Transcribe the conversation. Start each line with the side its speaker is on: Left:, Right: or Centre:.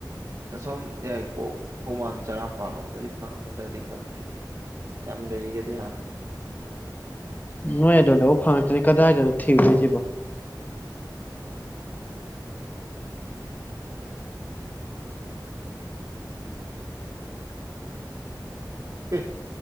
Right: ꯑꯁꯣꯝ ꯌꯥꯏꯄꯣꯛ ꯊꯧꯃꯥꯟ ꯆꯔꯥꯄꯥꯜ ꯂꯣꯝꯗꯗꯤ ꯐꯪꯒꯗ꯭ꯔꯗꯤ ꯈꯪꯗꯦ ꯌꯥꯝ ꯂꯩꯒꯗꯤ ꯍꯥꯏꯕ
Left: ꯅꯣꯏ ꯑꯗꯨꯗꯕꯨ ꯐꯪꯉꯛꯇ꯭ꯔꯔꯤ ꯀꯗꯥꯏꯗꯅꯣ ꯊꯤꯗꯣꯏꯁꯤꯕꯣ
Right: ꯑꯦ